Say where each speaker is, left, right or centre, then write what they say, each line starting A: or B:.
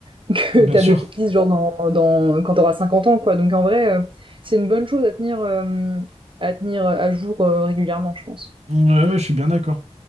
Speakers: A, on the right; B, on the right.
A: <laughs> que
B: Ah bien
A: ta
B: sûr,
A: bucket list genre dans, dans quand t'auras 50 ans quoi. Donc en vrai, euh, c'est une bonne chose à tenir euh, à tenir à jour euh, régulièrement, je pense.
B: ouais, ouais, je suis bien d'accord.